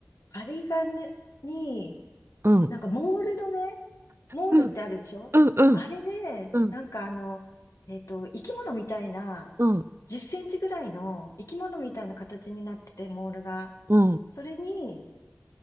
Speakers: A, on the left (about 85°); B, on the right (about 50°).
A: 針金に、
B: うん。
A: なんかモールのね、モールってあるでしょあれね、
B: うん。うん。うん。うん。
A: なんかあの、えっと、生き物みたいな、
B: うん。
A: 10センチぐらいの生き物みたいな形になってて、モールが。
B: うん
A: それに、